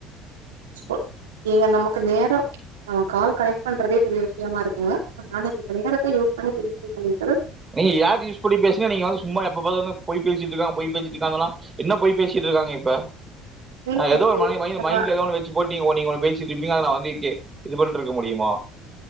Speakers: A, on the right; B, on the right.
A: சோ இங்க நம க்கு நேரோ நம்ம கால் கனெக்ட் பண்றதே பெரிய விஷயமா இருக்குங்க அதனால இந்த நேரத்த யூஸ் பண்ணி பேசுவீங்களே தவிர
B: இங்க ஆப் யூஸ் பண்ணி பேசுனா நீங்க வந்து சும்மா எப்ப பாத்தாலு பொய் பேசிட்ருக்கா பொய் பேசிட்ருக்காங்கனா என்ன பொய் பேசிட்டு இருக்காங்க இப்ப
A: ஏங்க
B: ஆ எதோ
A: இப்படி
B: ஒரு மை
A: இது?
B: மை
A: நம்ம
B: மைண்ட்ல எதோன்னு வெச்சுப்போட்டு நீங்க ஒன் நீங்க ஒன்னு பேசிட்ருப்பீங்க அத நா வந் இதுக்கே இது பண்ட்டு இருக்க முடியுமா